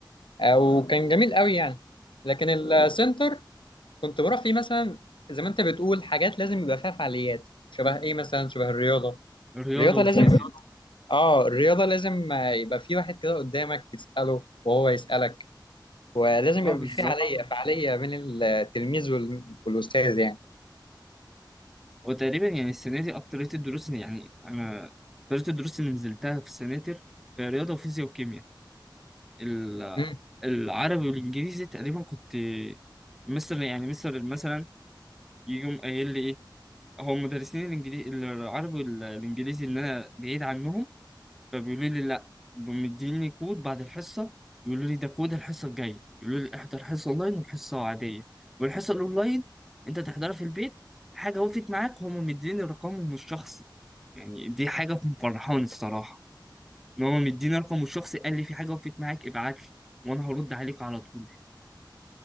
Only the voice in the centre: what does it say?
الرياضه
والفيزياء
اه
بالظبط
وتقريبا يعني السنه دي اكتريه الدروس اللي- يعني انا اكتريه الدروس اللي نزلتها في السناتر في رياضه وفيزياء وكيمياء ال-
العربي والانجليزي تقريبا كنت مستر يعني مستر مثلا يجي يقوم قايل لي ايه هو مدرسين الانجليزي العربي والانجليزي اللي انا بعيد عنهم فبيقولوا لي لا مديني كود بعد الحصه يقولوا لي ده كود الحصه الجايه يقولوا لي احضر حصه اونلاين وحصه عاديه والحصه الاونلاين انت تحضرها في البيت حاجه وقفت معاك هم مديني رقمهم الشخصي يعني دي حاجه مفرحاني الصراحه ان هم مديني رقمه الشخصي قال لي في حاجه وقفت معاك ابعت لي وانا هرد عليك على طول